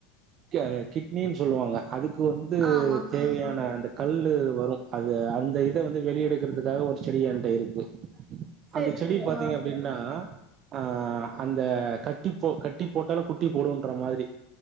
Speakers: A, on the right (about 45°); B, on the right (about 25°).
A: அ கிட்னினு சொல்லுவாங்க அதுக்கு வந்து
B: ஆமா
A: தேவையான
B: ம்
A: அந்த கல்லு வரு அது அந்த இத வந்து வெளிய எடுக்குறதுக்காக ஒரு செடி ஏண்ட இருக்கு
B: சேரி
A: அந்த செடி
B: சேரி
A: பாத்தீங்க
B: ஆ
A: அப்டினா ஆ அந்த கட்டி போ கட்டி போட்டாலு குட்டி போடுன்ற மாரி